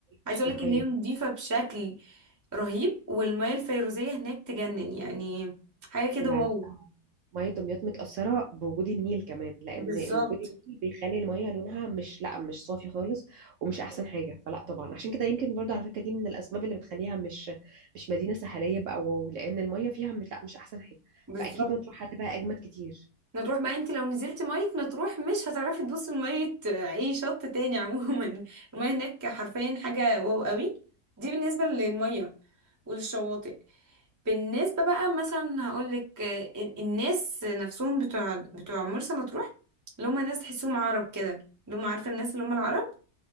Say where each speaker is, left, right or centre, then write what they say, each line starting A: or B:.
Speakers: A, on the right; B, on the right.
A: عايزه
B: مش
A: اقولك
B: نقيه
A: ان هي نضيفه بشكل رهيب والميه الفيروزيه هناك تجنن يعني حاجه كده
B: لا
A: واو
B: لا مية دمياط متأثرة بوجود النيل كمان لأن
A: بالظبط
B: وجود النيل بيخلي المية لونها مش لا مش صافي خالص ومش أحسن حاجة فلا طبعا عشان كده يمكن برضو على فكرة دي من الأسباب اللي بتخليها مش مش مدينة ساحلية بقى واو لأن المية فيها مش لا مش أحسن حاجة
A: بالظبط
B: فأكيد مطروح هتبقى أجمد كتير
A: مطروح بقى انت لو نزلتي مية مطروح مش هتعرفي تبصي لمية آه، اي شط تاني <laughs> عموما المية هناك حرفيا حاجة واو قوي دي بالنسبة للمية وللشواطئ بالنسبة بقى مثلا هقولك آه، الناس نفسهم بتوع بتوع مرسى مطروح اللي هم ناس تحسهم عرب كده اللي هم عارفة الناس اللي هم العرب